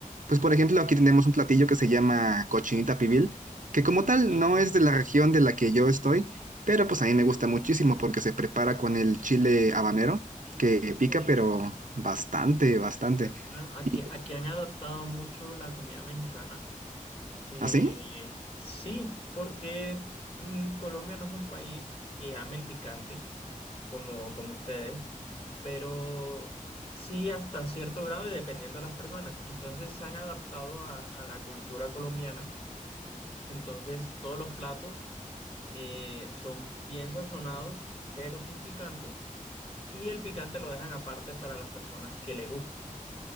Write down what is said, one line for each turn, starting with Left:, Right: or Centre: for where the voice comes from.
Right: Pues por ejemplo, aquí tenemos un platillo que se llama cochinita pibil, que como tal
Left: Sí.
Right: no es de la región de la que yo estoy, pero pues a mí me gusta muchísimo porque se prepara con el chile habanero, que pica
Left: ok.
Right: pero bastante, bastante.
Left: Bueno, bueno, aquí,
Right: ¿Y
Left: aquí han adaptado mucho la comida mexicana. Eh,
Right: así?
Left: sí, porque mm, Colombia no es un país que ame el picante como, como ustedes, pero sí hasta cierto grado y dependiendo de las personas. Entonces se han adaptado a, a la cultura colombiana. Entonces todos los platos eh, son bien sazonados, pero sin picante. y el picante lo dejan aparte para las personas que le gusta.